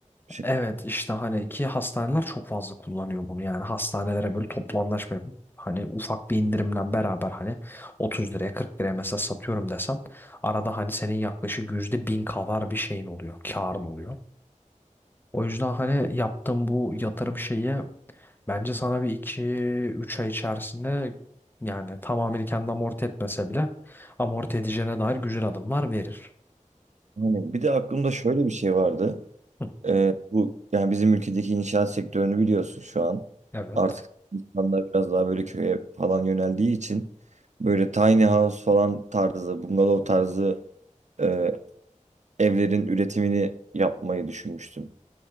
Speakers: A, on the right (about 60°); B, on the left (about 15°).
A: şey.
B: Evet işte hani ki hastaneler çok fazla kullanıyor bunu yani hastanelere böyle toplu anlaşma yapıp hani ufak bir indirimle beraber hani 30 liraya 40 liraya mesela satıyorum desen arada hani senin yaklaşık yüzde bin kadar bir şeyin oluyor karın oluyor. O yüzden hani yaptığım bu yatırım şeyi bence sana bir iki üç ay içerisinde yani tamamını kendi amorti etmese bile amorti edeceğine dair güzel adımlar verir.
A: Yani bir de aklımda şöyle bir şey vardı.
B: Hı.
A: Ee, bu yani bizim ülkedeki inşaat sektörünü biliyorsun şu an.
B: Evet.
A: Artık insanlar biraz daha böyle köye falan yöneldiği için böyle tiny house falan tarzı, bungalov tarzı e, evlerin üretimini yapmayı düşünmüştüm.